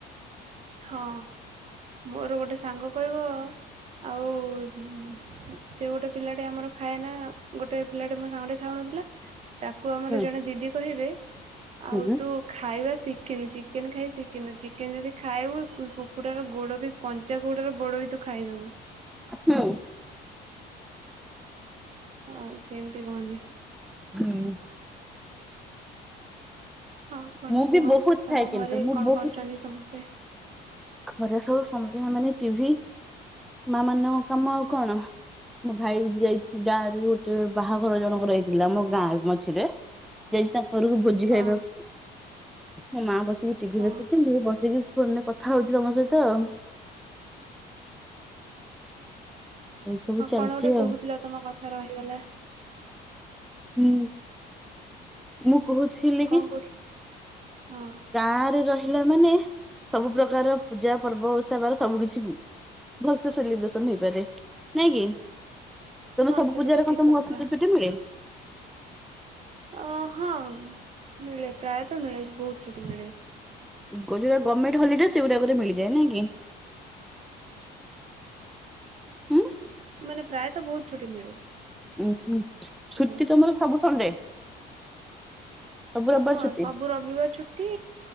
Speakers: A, on the right (about 40°); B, in the centre.
A: ହଁ ମୋର ଗୋଟେ ସାଙ୍ଗ କହିବ ଆଉ ହୁଁ ସେ ଗୋଟେ ପିଲାଟି ଆମର ଖାଏ ନା ଗୋଟେ ପିଲାଟି ମୋ ସାଙ୍ଗଠ ଖାଉନଥିଲା। ତାକୁ ଆମର
B: ହୁଁ
A: ଜଣେ ଦିଦି କହିବେ ଆଉ
B: ହୁଁ ହୁଁ।
A: ତୁ ଖାଇବା ଶିଖିନୁ ଚିକେନ ଖାଇ ଶିଖିନୁ ଚିକେନ ଯଦି ଖାଇବୁ କୁକୁଡାର ଗୋଡ ବି କଞ୍ଚା କୁକୁଡ ର ଗୋଡ ବି ତୁ ଖାଇଦବୁ।
B: ହୁଁ।
A: ହଁ ସେମତି କୁହନ୍ତି।
B: ହୁଁ।
A: ଆଉ କଣ
B: ମୁଁ
A: କୁହ
B: ବି ବହୁତ ଖାଏ
A: ତମ
B: କିନ୍ତୁ
A: ଘରେ
B: ମୁଁ
A: କଣ
B: ବହୁତ
A: କରୁଛନ୍ତି ସମସ୍ତେ?
B: ଖରା ସବୁ ସନ୍ଦା ମାନେ ଟିଭି ମା ମାନଙ୍କ କାମ ଆଉ କଣ? ମୋ ଭାଇ ଯାଇଛି ଗାଁରେ ଗୋଟେ ବାହାଘର ଜଣକ ହେଇଥିଲା ଆମ ଗାଁ ମଝିରେ ଯାଇଛି ତାଙ୍କ ଘରକୁ ଭୋଜି
A: ହଁ
B: ଖାଇବାକୁ। ମୁଁ ମା ବସିକି ଟିଭି
A: ହଁ
B: ଦେଖୁଛି ମୁଁ ବସିକି ଫୋନରେ କଥା ହଉଛି ତମ ସହିତ ଆଉ। ଏଇ ସବୁ
A: ହଁ
B: ଚାଲିଛି
A: କଣ ଗୋଟେ କହୁଥିଲ
B: ଆଉ
A: ତମ କଥା ରହିଥିଲା।
B: ହୁଁ ମୁଁ କହୁଥିଲି
A: କଣ
B: କି?
A: କହୁଥି ହଁ
B: ଗାଁରେ ରହିଲା ମାନେ ସବୁ ପ୍ରକାର ପୂଜା ପର୍ବ ଓସବାର ସବୁ କିିଛି ଭଲସେ ସେଲିବ୍ରେସନ ହେଇପାରେ ନାଇଁ କି? ତମେ
A: ହଁ
B: ସବୁୂଜାରେ
A: ସେଟା ତ ଠିକ
B: କଣ ତମ
A: କଥା
B: ଅଫିସରୁ ଛୁଟି ମିଳେ।
A: ଅ ହଁ ମିଳେ ପ୍ରାୟତଃ ମିଳେ ବହୁତ ଚଛୁଟି ମିଳେ।
B: ଗୋଉଟା ଗଭର୍ଣମେଣ୍ଟ ହଲିଡେ ସେଇଗୁଡାକରେ ମିଳିଯଏ ନାଇଁ କି? ହୁଁ
A: ମାନେ ପ୍ରାୟତଃ ବହୁତ ଛୁଟି ମିଳେ।
B: ଉଁ ହୁଁ ଛୁଟି
A: ହଁ।
B: ତମର ସବୁ ସଣ୍ଡେ ସବୁ ରବିବାର
A: ହଁ
B: ଛୁଟି
A: ସବୁ ରବିବାର ଛୁଟି